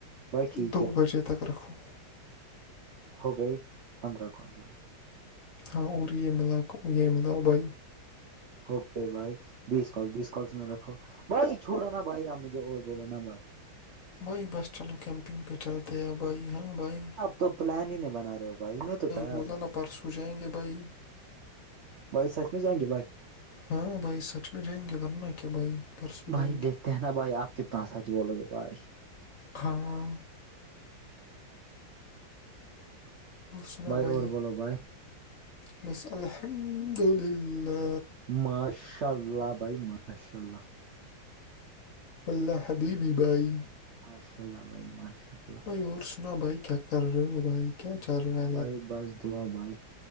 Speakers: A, on the right; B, on the left.
A: بھائی
B: ہیں
A: ٹھیک
B: دو
A: ہے
B: بجے تک رکھو
A: ہو گئی پندرہ کالز بائی
B: ہاں اور یہ ملا یہ ملا بھائی
A: اوکے بھائی بیس کال بیس کالس میں رکھو بھائی چھوڑو نا بھائی آپ مجھے اور بولو نا بھائی
B: بھائی بس چلو کیمپنگ پہ چلتے ہیں بھائی ہاں بھائی
A: تو پلان ہی نہیں بنا رہے ہو بھائی میں تو تیار
B: بولا
A: ہوں
B: نا پرسوں جائیں گے بھائی
A: بھائی سچ میں جائیں گے بھائی
B: ہاں بھائی سچ میں جائیں گے ورنہ کیا بھائی پرسوں
A: بھائی
B: جائیں گے
A: دیکھتے ہیں نا بھائی آپ کتنا سج بولو گے بھائی
B: ہھاناں سنا بھائی
A: اور بولو بھائی
B: بس الحمد للہ
A: ماشاء اللہ بھائی ماشاء اللہ
B: اللہ حبیب بائی
A: ماشاء اللہ بھائی ماشاء اللہ
B: بھائی اور سنا بھائی کیا کر رہے ہو بھائی کیا چ رہ
A: بھائی بس دعا بھائی